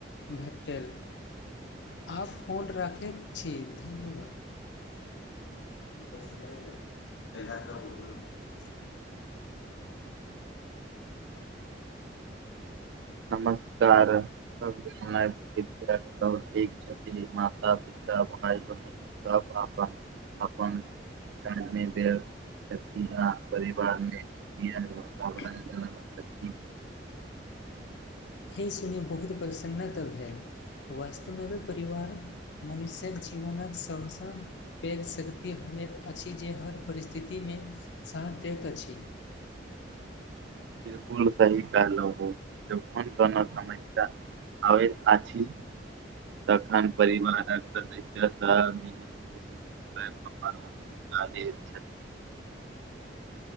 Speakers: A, on the left (about 70°); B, on the right (about 70°).
A: भेटल आब फोन राखैत छी धन्यवाद <unintelligible>
B: नमस्कार सब ठीक छथिन माता पिता ता भाइ बहिन सब अपन अपन क अहाँक परिवारमे वातावरण
A: ज
B: बनल अछि
A: हे सुनी बहुत प्रसन्नत भेल वास्तवमे य परिवार मनुष्यक जीवनक सभसँ पैघ शक्ति होइत अछि जे हर परिस्थितिमे साथ दैत अछि
B: बिलकुल सही कहलहो जखन कोनो समस्या आबैत अछि तखन परिवारक सदस्य सब मिली जुलि छै